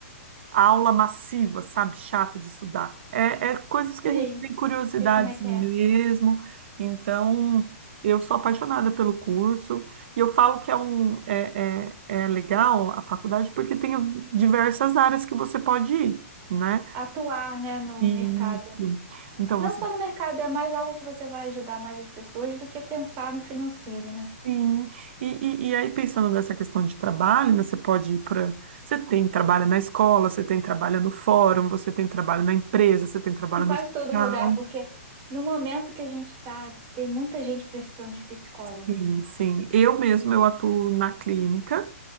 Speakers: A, on the right; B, on the right.
A: aula massiva, sabe, chata de estudar. É, é coisas que
B: E aí,
A: a gente tem curiosidades
B: sei como é que
A: mesmo.
B: é?
A: Então eu sou apaixonada pelo curso e eu falo que é um é, é, é legal a faculdade porque tem diversas áreas que você pode ir, né?
B: Atuar, né, no
A: E
B: mercado.
A: então
B: Não
A: você
B: só no mercado, é mais algo que você vai ajudar mais as pessoas do que pensar no financeiro, né?
A: Sim, e, e, e aí pensando nessa questão de trabalho, né, você pode ir para. Você tem trabalho na escola, você tem trabalho no fórum, você tem trabalho na empresa, você tem trabalho
B: Em quase
A: no hospital.
B: todo lugar, porque no momento que a gente tá, tem muita gente precisando de psicólogo.
A: Sim, sim. Eu mesma eu atuo na clínica,